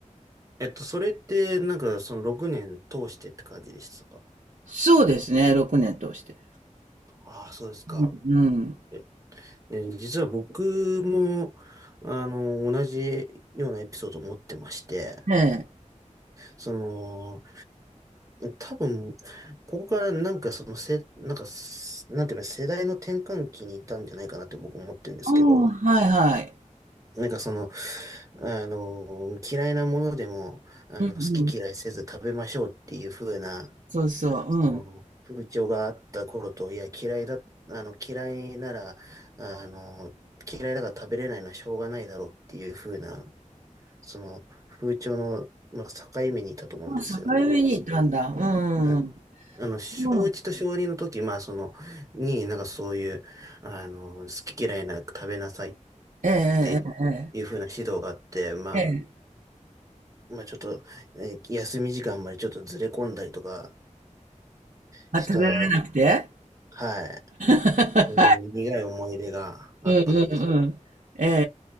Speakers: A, on the right (about 25°); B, on the right (about 75°).
A: えっと、それって、なんか、その6年通してって感じでしたか
B: そうですね、6年通して。
A: ああ、そうですか。
B: うん
A: ええ実は僕も、あの、同じようなエピソードを持ってまして、
B: うん。ええ。
A: その、多分、ここからなんかそのせ、なんかす、なんていうの、世代の転換期にいたんじゃないかなって僕思ってるんですけど、
B: ああ、はいはい。
A: なんかその、あの、嫌いなものでも、あの、
B: うんうん。
A: 好き嫌いせず食べましょうっていう風な、
B: そうそう、うん。
A: その、風潮があった頃と、いや、嫌いだ、あの、嫌いなら、あの、嫌いだから食べれないのはしょうがないだろうっていう風な、その、風潮の、まあ、境目にいたと思うんですよね、
B: あ、境目にいたんだ。
A: なんか僕
B: うんうん
A: はい。あの、小1と小2の時、
B: うん。うん。
A: まあ、その、に、なんかそういう、あの、好き嫌いなく食べなさいっ
B: えええ
A: ていう風な指導があって、まあ、
B: えええ。ええ。
A: まあ、ちょっと、えー休み時間までちょっとずれ込んだりとか
B: まあ、
A: した、
B: 食べられなくて
A: はい。
B: <laughs>？
A: そういう苦い思い出があったんです。
B: うんうんうん。ええええ